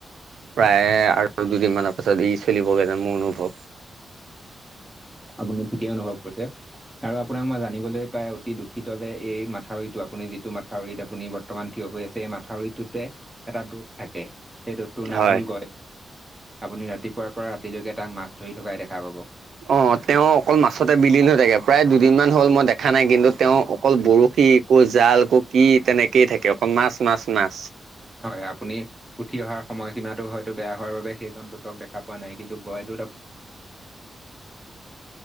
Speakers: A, on the right; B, in the centre.
A: প্ৰায় আৰু দুদিন তিনিমানৰ পাছত ই চলিবগৈ যে মোৰ অনুভৱ।
B: আপুনি ঠিকেই অনুভৱ কৰিছে। আৰু আপোনাক মই জানিবলৈ পাই অতি দুখিত যে এই মাথাউৰিটো আপুনি যিটো মাথাউৰিত আপুনি বৰ্তমান থিয় হৈ আছে এই মাথাউৰিটোতে এটা দ'ত থাকে, সেই দত তোৰ নাম
A: হয়।
B: হল গয়দৱ, আপুনি ৰাতিপুৱাৰ পৰা ৰাতিলৈকে তাক মাছ ধৰি থকাই দেখা পাব।
A: অ', তেওঁ অকল মাছতে বিলীন হৈ থাকে প্ৰায় দুদিনমান হল মই দেখা নাই কিন্তু তেওঁ অকল বৰশী ক জাল ক কি তেনেকেই থাকে অকল মাছ মাছ মাছ।
B: হয় আপুনি উঠি অহাৰ সময়সীমা হয়তো বেয়া হোৱাৰ বাবে সেইকণ দুটক দেখা পোৱা নাই কিন্তু গয় দুত